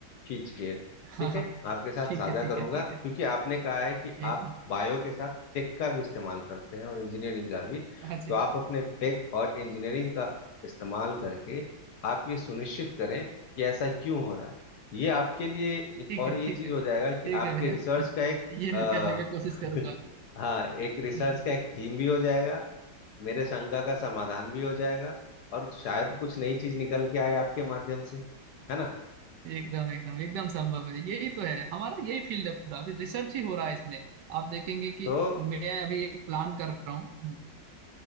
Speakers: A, on the left; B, on the right.
A: खींच के
B: हाँ
A: ठीक
B: हाँ
A: है आपके साथ
B: ठीक
A: साझा
B: है ठीक
A: करूंगा
B: है ठीक
A: क्योंकि
B: है
A: आपने कहा है कि
B: एकदम
A: आप बायो के साथ टेक का भी इस्तेमाल करते हैं और इंजीनियरिंग का भी
B: हाँ जी
A: तो आप अपने टेक और इंजीनियरिंग का इस्तेमाल करके आप ये सुनिश्चित करें कि ऐसा क्यों हो रहा है ये आपके लिए एक
B: ठीक
A: और
B: है
A: ये
B: ठीक
A: चीज
B: है
A: हो
B: ठीक
A: जाएगा कि आपके
B: है भैया
A: रिसर्च
B: <laughs>
A: का एक
B: ये मैं
A: आ,
B: करने का कोशिश
A: <laughs>
B: करूंगा
A: हाँ एक रिसर्च
B: हम्म, हम्म।
A: का एक थीम भी हो जाएगा मेरे शंका का समाधान भी हो जाएगा और शायद कुछ नई चीज निकल के आए आपके माध्यम से है ना
B: एकदम एकदम एकदम संभव है यही तो है हमारा यही फील्ड है पूरा अभी रिसर्च ही हो रहा है इसमें आप देखेंगे कि
A: तो
B: मैं अभी एक प्लान कर रहा हूँ